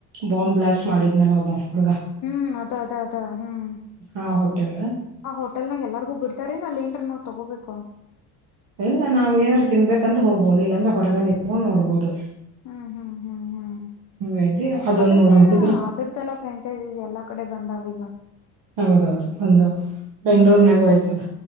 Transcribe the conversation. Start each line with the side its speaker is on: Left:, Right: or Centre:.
Right: ಬಾಂಬ್ ಬ್ಲಯಾಸ್ಟ್ ಮಾಡಿದ್ನಲೆ ಒಬ್ಬ ಹುಡುಗ
Left: ಹ್ಮ್ ಅದ ಅದ ಅದ ಹ್ಮ್
Right: ಆ ಹೋಟೆಲ್
Left: ಆ ಹೋಟಲ್ನ ಎಲ್ಲಾರ್ಗು ಬಿಡ್ತಾರ ನ ಅಲ್ಲಿ ನ್ರ ನಾವ್ ತಗೋಬೇಕು
Right: ಇಲ್ಲ ನಾವ್ ಏನಾದ್ರು ತಿನ್ಬೇಕಂದ್ರೆ ಹೋಗ್ಬೋುದು ಇಲ್ಲಾಂದ್ರೆ ಹೊರಗ ನಿಕೊಂಡು ನೋಡ್ಬೋದು
Left: ಹ್ಮ್ ಹ್ಮ್ ಹ್ಮ್ ಹ್ಮ್
Right: ಹಂಗಾಗಿ ಅದೊಂದ್
Left: ಅದ್ರದ್ದೇನ
Right: ನೋಡಂಗಿದ್ರ
Left: ಅದ್ರದ್ದಲ್ಲ ಫ್ರಾಂಚೈಸೀಸ್ ಎಲ್ಲಾ ಕಡೆ ಬಂದಾವೀಗ
Right: ಹೌದೌದು ಬಂದವು ಬೆಂಗ್ಳೂರ್ನಾಗು ಆಯ್ತನ